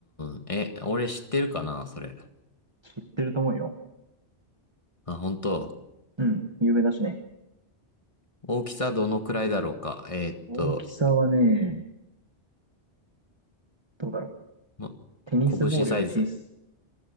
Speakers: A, on the left (about 30°); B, on the right (about 25°).
A: ん。え、俺知ってるかな、それ。
B: 知ってると思うよ。
A: あ、本当。
B: うん、有名だしね。
A: 大きさどのくらいだろうか。えーっと、
B: 大きさはね、どうだろう。
A: ま、
B: テニスボールより小さい。
A: 拳サイズ。